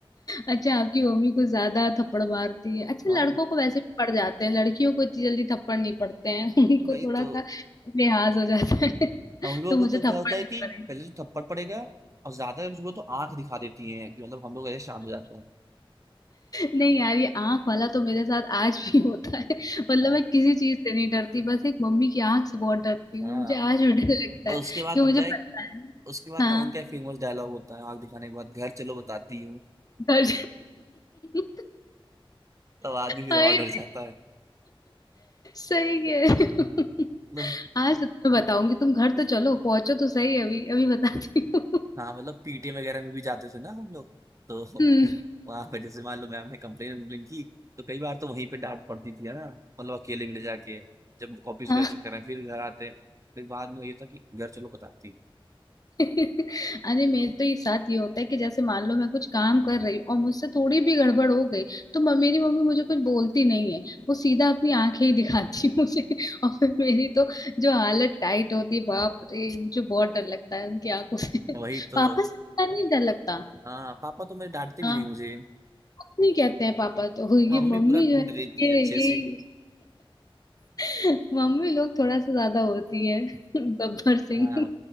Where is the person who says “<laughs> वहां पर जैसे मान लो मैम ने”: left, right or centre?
Right